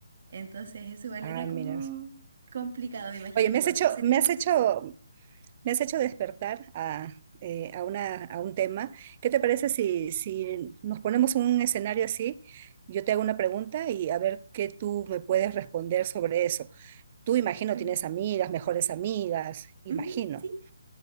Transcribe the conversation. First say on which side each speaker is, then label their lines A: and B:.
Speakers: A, on the right (about 55°); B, on the right (about 35°).
A: Entonces eso igual
B: ah,
A: era como
B: mira.
A: complicado, me imagino
B: Oye, me
A: que igual
B: has hecho,
A: pasaría
B: me
A: una
B: has
A: cosa
B: hecho,
A: así.
B: me has hecho despertar a, eh, a una, a un tema. ¿Qué te parece si, si nos ponemos un escenario así? Yo te hago una pregunta y a ver qué tú me puedes responder sobre eso. Tú imagino
A: Ok.
B: tienes amigas, mejores amigas, imagino.
A: Ujú, sí,